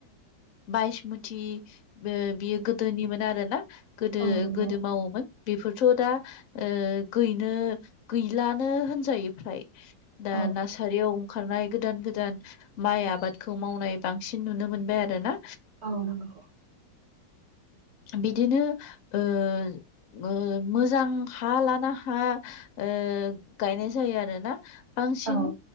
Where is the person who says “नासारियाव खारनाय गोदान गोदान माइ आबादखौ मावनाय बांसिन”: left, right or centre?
Left